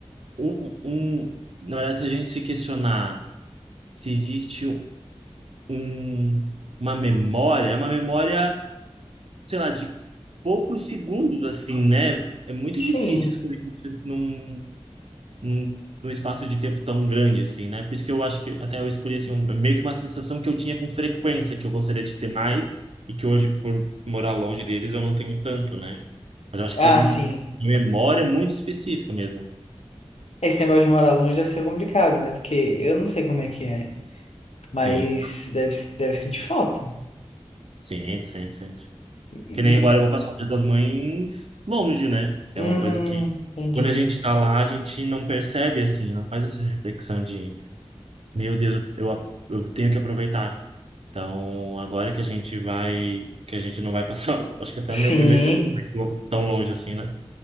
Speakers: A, on the right; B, on the left.
A: Um, um, um- na verdade, se a gente se questionar se existe um, uma memória, é uma memória. sei lá, de poucos segundos, assim, né? É muito
B: Sim.
A: difícil escolher isso num, num, num espaço de tempo tão grande, assim, né? Por isso que eu acho que até eu escolhi, assim, um- é meio que uma sensação que eu tinha com frequência, que eu gostaria de ter mais, e que hoje, por morar longe deles, eu não tenho tanto, né? Mas eu acho
B: Ah,
A: que um,
B: sim.
A: uma memória muito específica mesmo.
B: Esse negócio de morar longe deve ser complicado, né? Porque eu não sei como é que é. Mas
A: Sim,
B: deve, deve sentir falta.
A: sente, sente, sente.
B: E, e-
A: Que nem agora eu vou passar o Dia das Mães longe, né?
B: hum,
A: É uma coisa que,
B: entendi.
A: quando a gente tá lá, a gente não percebe, assim, não faz essa reflexão de Meu Deus, eu, eu tenho que aproveitar. Então, agora que a gente vai, que a gente não vai passar, <laughs> acho que até
B: Sim.
A: meu primeiro dia tão tão longe assim, né?